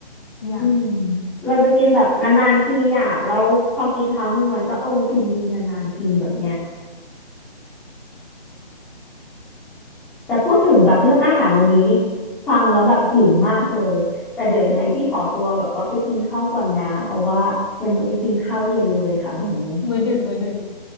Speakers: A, on the left; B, in the centre.
A: ทุกอย่าง
B: อืมเราจะกินแบบนานๆทีอ่ะแล้วพอกินครั้งหนึ่งมันก็เออฟินดีนานๆทีแบบเนี้ยแต่พูดถึงแบบเรื่องอาหารวันนี้นี่ฟังแล้วแบบหิวมากเลยแต่เดี๋ยวยังไงพี่ขอตัวแบบว่าไปกินข้าวก่อนนะเพราะว่ายังไม่ได้กินข้าวเย็นเลยค่ะวันนี้
A: มื้อดึกมื้อดึก